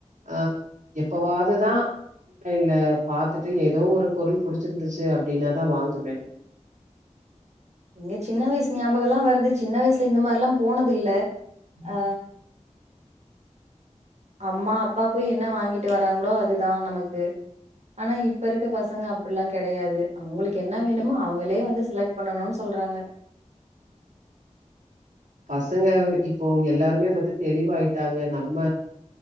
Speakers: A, on the right; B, on the right.
A: அ எப்பவாதுதான் ஆன்லைன்ல பாத்துட்டு ஏதோ ஒரு பொருள் புடிச்சிருந்துச்சு அப்டின்னாதான் வாங்குவேன்
B: எங்க சின்ன வயசு ஞாபகம்லாம் வருது சின்ன வயசுல இந்த மாரிலாம் போனது இல்ல அ அம்மா அப்பா போய் என்ன வாங்கிட்டு வராங்களோ அதுதான் நமக்கு ஆனா இப்ப இருக்க பசங்க அப்டில்லாம் கிடையாது அவங்களுக்கு என்ன வேண்டுமோ அவங்களே வந்து செலக்ட் பண்ணணும்னு சொல்றாங்க
A: பசங்க இப்போ எல்லாருமே வந்து தெளிவாயிட்டாங்க நம்ம